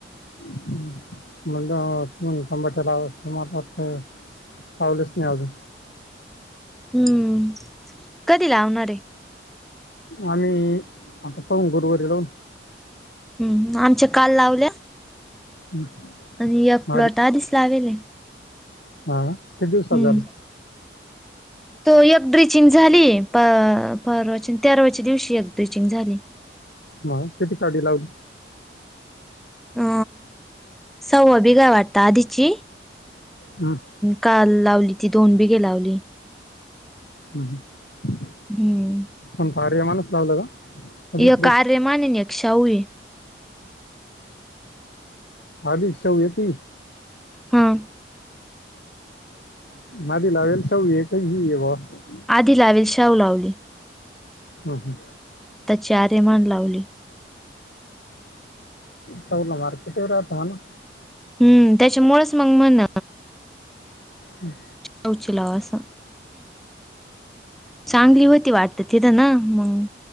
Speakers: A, on the left; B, in the centre.
A: <unintelligible> पावलेच नाही आजून.
B: हम्म. कधी लावणार ये.
A: आणि आता पाऊ गुरवारी लाऊन.
B: हम्म आमचे काल लावल्या.
A: <unintelligible>
B: आणि एक प्लॉट आधीच लावेल
A: किती दिवसात
B: हम्म
A: झालं?
B: तो एक ड्रिचिंग झाली, प-परवाच्या आणि तेरावाच्या दिवशी एक ड्रिचिंग झाली.
A: माय किती काडी लावली?
B: अ सववा बीग वाटत आधीची.
A: हम.
B: काल लावली ती, दोन बिघे लावली.
A: हम्म हम्म.
B: हम्म
A: कोणतं आर्यमानच लावलं का? का दुसरे
B: यक आर्यमान आणि एक शाऊ आहे.
A: आदी शाऊ येती
B: हा.
A: <unintelligible> हि बुवा असं.
B: आधी लावेल शाऊ लावली.
A: हम् हम्.
B: चे आर्यमान लावली.
A: शाऊला मार्केट वर राहत ना.
B: हम्म, त्याच्यामुळच मंग म्हण
A: हम्म.
B: शाऊची लाव असं चांगली व्हती वाटत तिथं, ना मंग